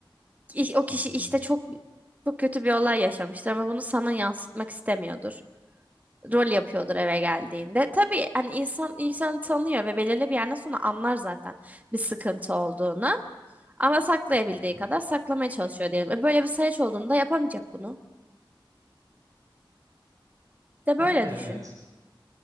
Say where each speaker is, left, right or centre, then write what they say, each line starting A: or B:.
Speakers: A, on the right; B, on the right.
A: İ- O kişi
B: Hı hı.
A: işte çok çok kötü bir olay yaşamıştır ama bunu sana yansıtmak istemiyordur. rol yapıyordur eve geldiğinde. Tabii hani insan insanı tanıyor ve belirli bir yerden sonra anlar zaten bir sıkıntı olduğunu. Ama saklayabildiği
B: Hı.
A: kadar saklamaya çalışıyor diyelim. E böyle bir sayaç olduğunda yapamayacak bunu. De
B: Yani
A: böyle
B: evet.
A: düşün.